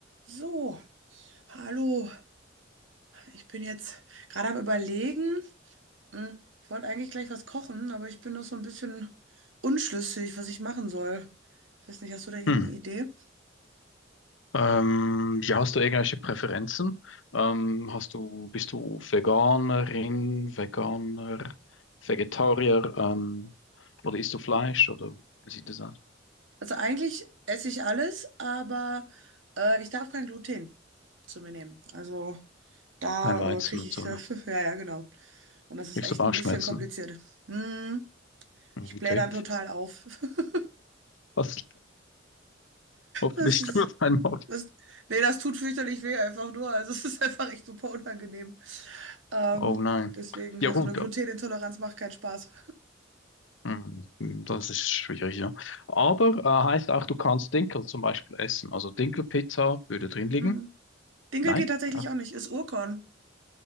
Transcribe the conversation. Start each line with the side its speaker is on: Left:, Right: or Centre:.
Right: So, hallo. Ich bin jetzt gerade am Überlegen. Hm, Ich wollte eigentlich gleich was kochen, aber ich bin noch so ein bisschen unschlüssig, was ich machen soll. Ich weiß nicht, hast du da irgendeine
Left: Hm.
Right: Idee?
Left: Ähm, ja, hast du irgendwelche Präferenzen? Ähm, hast du, bist du Veganerin, Veganer, Vegetarier, ähm, oder isst du Fleisch oder wie sieht das aus?
Right: Also eigentlich esse ich alles, aber äh, ich darf kein Gluten zu mir nehmen. Also da
Left: Kein Weizen
Right: äh, kriege
Left: und
Right: ich,
Left: so,
Right: <laughs> ja,
Left: ne?
Right: ja, genau. Und das ist
Left: Kriegst
Right: echt
Left: du Bauchschmerzen?
Right: ein bisschen kompliziert. Hm,
Left: Hm,
Right: ich
Left: Okay.
Right: blähe dann total auf. <laughs>
Left: Was hoffentlich
Right: Das ist,
Left: <laughs> nur dein Magen.
Right: das, nee, das tut fürchterlich weh einfach nur. Also es ist einfach echt super unangenehm. Ähm,
Left: Oh nein.
Right: deswegen,
Left: Ja
Right: ja,
Left: gut,
Right: so eine Glutenintoleranz
Left: äh,
Right: macht keinen Spaß.
Left: hm, das ist schwierig, ja. Aber äh, heißt auch, du kannst Dinkel zum Beispiel essen. Also Dinkelpizza würde drin liegen?
Right: Mhm. Dinkel
Left: Nein?
Right: geht tatsächlich
Left: Ach,
Right: auch nicht, ist Urkorn.